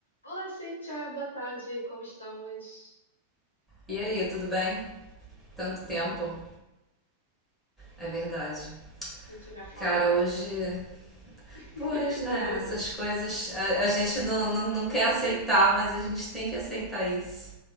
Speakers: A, on the left; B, in the centre.
A: Olá, Cíntia, boa tarde, como estamos?
B: E aí, tudo bem? Tanto
A: Tudo
B: tempo,
A: bem?
B: é verdade.
A: Sentiu minha falta?
B: Cara, hoje.
A: <laughs>
B: Pois, né? Essas coisas a, a gente não, não, não quer aceitar, mas a gente tem que aceitar isso.